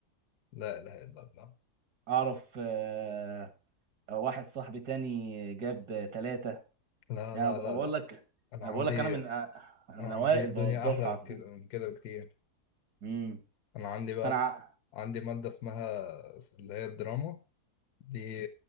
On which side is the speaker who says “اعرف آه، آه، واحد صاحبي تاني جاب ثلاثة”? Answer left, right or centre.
Right